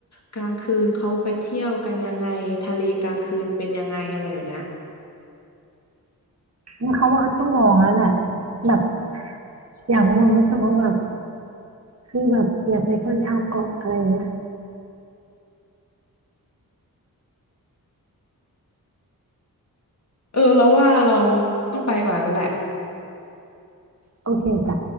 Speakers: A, on the left; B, on the right.
A: กลางคืนเขาไปเที่ยวกันยังไงทะเลกลางคืนเป็นยังไงอะไรอย่างเนี้ย
B: เนี่ยเขาว่าต้องลองแล้วแหละแบบอย่างไม่ลองรู้สึกว่าแบบคือแบบอยากไปคนชาวเกาะอะไรเงี้ย
A: เออเราว่าเราต้องไปก่อนแล้วแหละ
B: โอเคจ้ะ